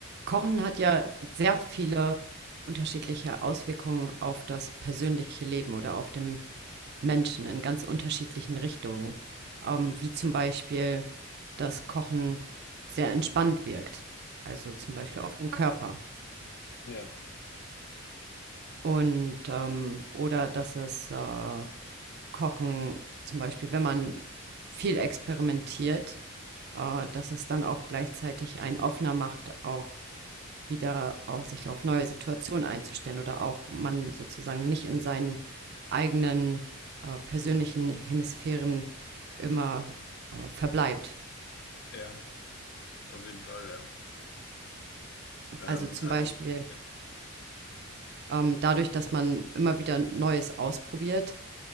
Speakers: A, on the right; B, on the left.
A: Kochen hat ja sehr viele unterschiedliche Auswirkungen auf das persönliche Leben oder auf den Menschen in ganz unterschiedlichen Richtungen, ähm,
B: Ja,
A: wie zum Beispiel, dass Kochen sehr entspannt wirkt, also zum Beispiel auf den Körper.
B: ja,
A: Und ähm, oder dass es äh, Kochen, zum Beispiel, wenn man viel experimentiert, äh, dass es dann auch gleichzeitig einen offener macht, auch wieder auch sich auf neue Situationen einzustellen oder auch man sozusagen nicht in seinen eigenen äh, persönlichen Hemisphären immer äh, verbleibt.
B: ja, auf jeden Fall, ja. Ähm,
A: Also zum
B: also,
A: Beispiel
B: ja.
A: ähm, dadurch, dass man immer wieder Neues ausprobiert,